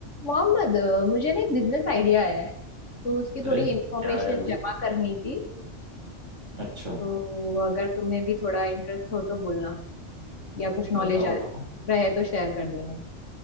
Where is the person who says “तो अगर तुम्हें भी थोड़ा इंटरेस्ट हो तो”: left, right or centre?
Left